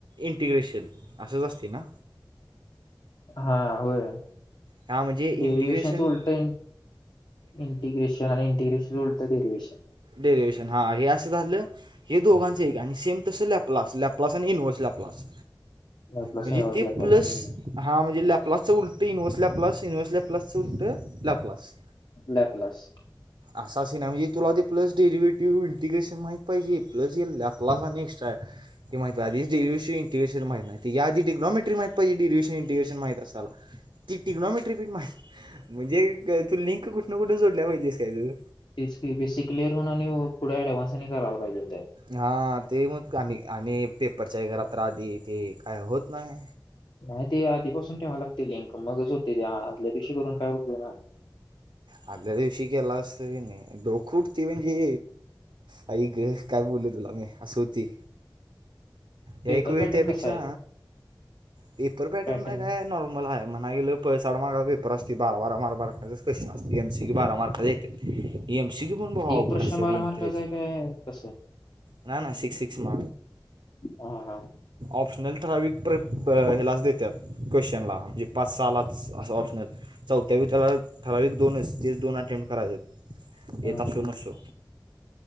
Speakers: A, on the right; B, on the left.
A: इंटिग्रेशन असंच असतय ना.
B: हा होय
A: हां म्हणजे इंटिग्रेशन
B: डेरिवशनच उलट इंटि <unintelligible> इंटिग्रेशन आणि इंटिग्रेशन उलट डेरिवेशन
A: डेरीवेशन हां हे अस झाल हे दोघांच एक आणि सेम तसं लॅपलास लॅपलास आणि इनवर्स लॅपलास
B: लॅपलास
A: म्हणजे
B: युनिव्हर्स
A: ते
B: लॅपलास
A: प्लस हा म्हणजे लॅप्लासच उलटं universe Laplace universe Laplace plus उलट लॅपलास
B: लॅपलास
A: असा सिनाय म्हणजे तुला ते प्लस डेरिवेटिव्ह इंटिग्रेशन माहीत पाइजे प्लस ये लॅपलास आणि एक्स्ट्रा माहितवाय आदिच डिरीवेशन इंटरेशन माइत नाय या आधी डिग्नाॅमेट्री माहित पाइजे डेरिवेशन इंटिरेशन माहीत असायला
B: <inaudible>
A: ती टिकग्नॉमेट्री पण माहि म्हणजे तू लिंक कुटनं कुट जोडल्या बघितलीस काय तु
B: तेच कि बेसिक क्लिअर हुन आणि पुढ ऍडव्हान्स आनी करायला पाइजे.
A: हा ते मग आणि आणि पेपरच्या एक रात्र आधी ते काय होत नाय
B: नाही ते आधीपासून ठेवाय लागतय लिंक मगच होतय ते आ आदल्या दिवशी करून काय उपयोग नाय
A: आदल्या दिवशी केलास तर कनी डोक उठतय म्हणजे आई ग. काय बोलू तला मी आस होतय
B: पेपर
A: या एक वेळी
B: पॅटर्न
A: त्यापेक्षा
B: कसा आहे
A: पेपर पॅटरन
B: पॅटर्न
A: काय नॉर्मल हाय म्हणाय गेलं पळसाठ माराय पेपर असतोय बारा बारा मारका बाराच क्वेश्चन असतय एम सी क्यु बार मार्काच येत्यात एम सी क्यू पण भावा
B: एक
A: अवघड
B: प्रश्न
A: असत्यात
B: बारा
A: यम
B: मार्काचा
A: थ्री च
B: आहे काय कसं
A: ना ना सिक्स सिक्स <unintelligible>
B: हा हा
A: ऑप्शनल ठराविक प्रब हेलाच देत्यात क्वेश्चनला म्हजे पाच सालाच अस ऑप्शनल चौथ्यावी त्याला ठराविक दोनच तेच दोन अटेम्प्ट करायचत
B: हा
A: येत असो
B: हा
A: नशो